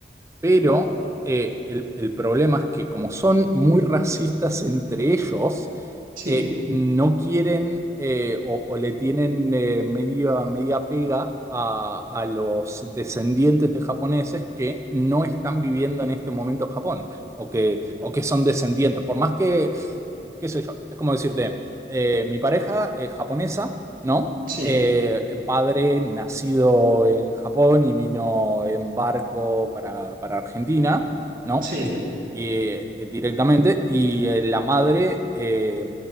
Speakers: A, on the right; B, on the right.
A: pero eh, el, el problema es que como son muy racistas entre ellos,
B: sí,
A: eh, no quieren eh, o, o le tienen eh, media, media pega a, a los descendientes de japoneses que no están viviendo en este momento en Japón o que, o que son descendientes. Por más que qué sé yo, es como decirte, eh, mi pareja es japonesa, ¿no?
B: sí,
A: Eh, eh, padre nacido en Japón y vino en barco para, para Argentina, ¿no?
B: sí.
A: Y, eh, directamente, y eh, la madre, eh,